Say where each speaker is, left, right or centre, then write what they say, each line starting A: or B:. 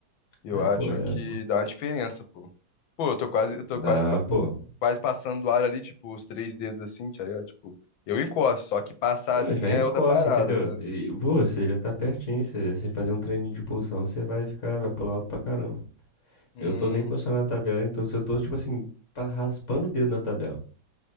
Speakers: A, on the left (about 75°); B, on the left (about 40°).
A: Eu
B: É,
A: acho
B: pô, é.
A: que dá uma diferença, pô. Pô, eu tô quase, eu tô
B: Dá,
A: quase,
B: pô.
A: quase passando do ar ali, tipo, os três dedos assim, tá ligado? Tipo, eu encosto, só que passar
B: Não,
A: assim
B: já
A: é
B: encosta,
A: outra parada,
B: entendeu?
A: sabe?
B: E, pô, você já tá pertinho. Você, você fazer um treino de impulsão, você vai ficar, vai pular alto pra caramba.
A: Hum.
B: Eu tô nem encostando na tabela, então se eu tô, tipo assim, pa- raspando o dedo na tabela.